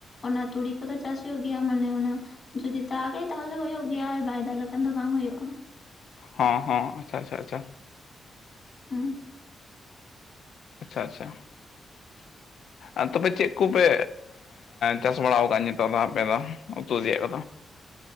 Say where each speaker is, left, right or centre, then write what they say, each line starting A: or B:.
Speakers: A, on the left; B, on the left.
A: ᱚᱱᱟ ᱛᱩᱲᱤ ᱠᱚᱫᱚ ᱪᱟᱥ ᱦᱩᱭᱩᱜ ᱜᱮᱭᱟ ᱢᱟᱱᱮ ᱚᱱᱟ ᱡᱩᱫᱤ ᱫᱟᱜᱟᱭ ᱛᱟᱦᱚᱞᱮ ᱦᱳᱭᱳᱜ ᱜᱮᱭᱟ ᱟᱨ ᱵᱟᱭ ᱫᱟᱜ ᱞᱮᱠᱷᱟᱱ ᱫᱚ ᱵᱟᱝ ᱦᱳᱭᱳᱜᱼᱟ᱾
B: ᱦᱚᱸ ᱦᱚᱸ ᱟᱪᱪᱷᱟ ᱟᱪᱪᱷᱟ ᱟᱪᱪᱷᱟ᱾
A: ᱦᱩᱸ᱾
B: ᱟᱪᱪᱷᱟ ᱟᱪᱪᱷᱟ᱾
A: <unintelligible>
B: ᱟᱨ ᱛᱚᱵᱮ ᱪᱮᱫ ᱠᱚᱯᱮ ᱪᱟᱥ ᱵᱟᱲᱟᱣ ᱟᱠᱟᱜᱼᱟ ᱱᱤᱛᱚᱜ ᱫᱚ ᱟᱯᱮ ᱫᱚ ᱩᱛᱩ ᱛᱮᱭᱟᱜ ᱠᱚᱫᱚ?